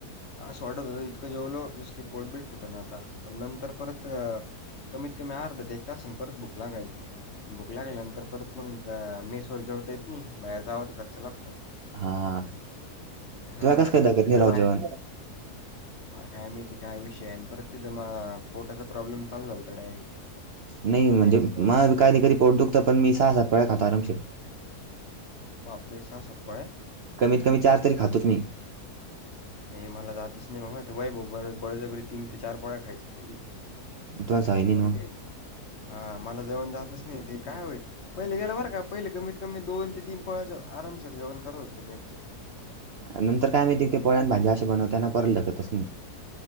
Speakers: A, on the left (about 45°); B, on the right (about 55°).
A: आ अस वाटत इतकं जेवलो जस की पोटबीट फुट न आता पण नंतर परत अ कमीत कमी अर्धा ते एक तासन परत भुक लागायची आणि भूक लागल्या नंतर परत मग मेसवर जेवता येत नाही, बाहेर जाव तर खर्च लागतो.
B: हां
A: हा
B: तुला कसं काय धकत नाही
A: तीथं
B: राव
A: भाय
B: जेवण
A: माला काय माहिती काय विषय आहे आणि परत तिथं मा पोटाचा प्रॉब्लेम चालू झालता डायरेक्ट.
B: नाही
A: ते
B: म्हणजे
A: मेसचं जेवण
B: माह बी काही कधी पोट दुखतं पण मी सहा सात पोळ्या खातो आरमशीर.
A: बापरे सहा सात पोळ्या.
B: कमीत कमी चार तरी खातोच मी.
A: नाही मला जातच नाही बाबा ते वैभव ब-बळजबरी तीन ते चार पोळ्या खायच ते बी
B: तुला सवय नाही
A: मंग
B: ना मग
A: ते हा माला जेवन जातच नाही ते काय होय. पहिले गेलं बरं का पहिले कमीत कमी दोन ते तीन पोळ्याच आरामशीर जेवन करत होते मेसच.
B: नंतर काय माहितीय ते पोळ्या नं भाजी अशी बनवत्यांना परलगतस नही.